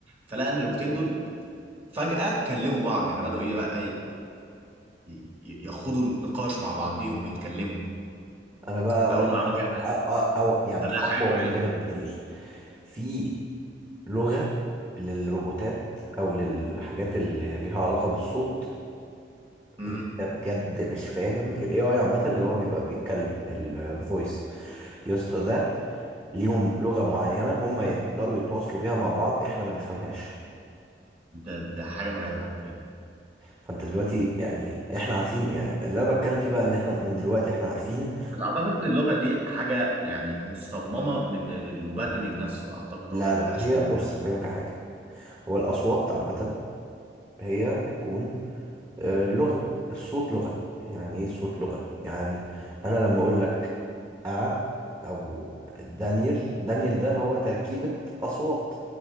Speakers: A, on the right; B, on the right.
A: فلقى ان الروبوتين دول فجأة كلموا بعض يعني بدأوا ايه بقى ي- ي- يخوضوا نقاش مع بعضيهم ويتكلموا
B: انا بقى
A: فأول
B: قريت
A: ما
B: حاجة
A: عمل كده
B: أو, أو يعني
A: فده
B: أقوى
A: حاجة مرعبة
B: من كده
A: بقى.
B: بكتير في لغة للروبوتات أو للحاجات اللي ليها علاقة بالصوت
A: مم.
B: انت بجد مش فاهم ال AI عامة اللي هو بيبقى بيتكلم الفويس يا اسطى ده ليهم لغة معينة هم يقدروا يتواصلوا بيها مع بعض احنا ما نفهمهاش
A: ده ده حاجة مرعبة حرفيا
B: فانت دلوقتي يعني احنا عارفين يعني اللي انا بتكلم فيه بقى ان احنا من دلوقتي احنا عارفين
A: بس اعتقد اللغه دي حاجه يعني مصممه من المبرمج نفسه اعتقد
B: لا
A: هو ما جابهاش
B: لا هي
A: من
B: بص
A: الهوا
B: هفهمك على حاجة هو الأصوات عامة هي بتكون آه، لغة الصوت لغة يعني ايه الصوت لغة يعني انا لما اقول لك ا او دانيال دانيال ده هو تركيبة اصوات